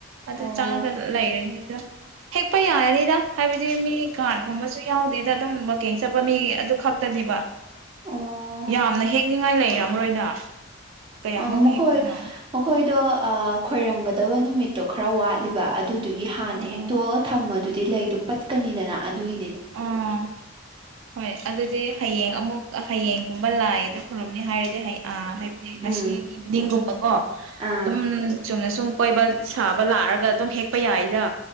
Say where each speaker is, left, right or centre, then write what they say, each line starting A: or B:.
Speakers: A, on the right (about 85°); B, on the right (about 25°).
A: ꯑꯗꯨ
B: ꯑꯣ
A: ꯆꯪꯉꯒ ꯂꯩꯔꯅꯤ ꯑ ꯍꯦꯛꯄ ꯌꯥꯔꯅꯤꯗ ꯍꯥꯏꯕꯗꯤ ꯃꯤ ꯀꯥꯔꯒꯨꯝꯕꯁꯨ ꯌꯥꯎꯗꯦꯗ ꯑꯗꯨꯝ ꯋꯀꯤꯡ ꯆꯠꯄ ꯃꯤ ꯑꯗꯨ ꯈꯛꯇꯅꯦꯕ
B: ꯑꯣ
A: ꯌꯥꯝꯅ ꯍꯦꯛꯅꯤꯉꯥꯏ ꯂꯩꯔꯝꯔꯣꯏꯅ ꯀꯌꯥꯃꯨꯛ
B: ꯑ ꯃꯈꯣꯏ
A: ꯍꯦꯛꯇꯣꯏꯅꯣ
B: ꯃꯈꯣꯏꯗꯣ ꯈꯣꯏꯔꯝꯒꯗꯕ ꯅꯨꯃꯤꯠꯇꯣ ꯈꯔ ꯋꯥꯠꯂꯤꯕ ꯑꯗꯨ ꯑꯗꯨꯒꯤ ꯍꯥꯟꯅ
A: ꯑꯣ
B: ꯍꯦꯛꯛꯇꯣꯛꯑꯒ ꯊꯝꯃꯗꯨꯗꯤ ꯂꯩꯗꯨꯣ ꯄꯠꯀꯅꯤꯗꯅ ꯑꯗꯨꯒꯤ
A: ꯑꯣ ꯍꯣꯏ ꯑꯗꯨꯗꯤ ꯍꯌꯦꯡ ꯑꯃꯨꯛ ꯍꯌꯦꯡꯒꯨꯝꯕ ꯂꯥꯏꯑꯗ ꯐꯔꯞꯅꯤ ꯍꯥꯏꯔꯗꯤ ꯍꯥꯏꯗꯤ
B: ꯎꯝ
A: ꯉꯁꯤ ꯏꯚꯤꯅꯤꯡꯒꯨꯝꯕꯀꯣ ꯑꯗꯨꯝ
B: ꯑꯥ
A: ꯆꯨꯝꯅ ꯁꯨꯝ ꯀꯣꯏꯕ ꯁꯥꯕ ꯂꯥꯛꯑꯒ ꯑꯗꯨꯝ ꯍꯦꯛꯄ ꯌꯥꯏꯖꯥ